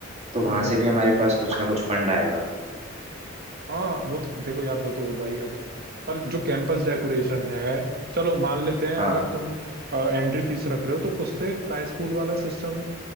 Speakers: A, on the right; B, on the right.
A: तो
B: ना
A: वहां से भी हमारे पास कुछ ना कुछ फंड आएगा
B: हाँ वो तो देखो यार वो तो होगा ही अब पर जो कैंपस डेकोरेशन है चलो मान लेते हैं
A: हाँ
B: अगर तुम एंट्री फीस रख रहे हो तो उससे प्राइस पूल वाला सिस्टम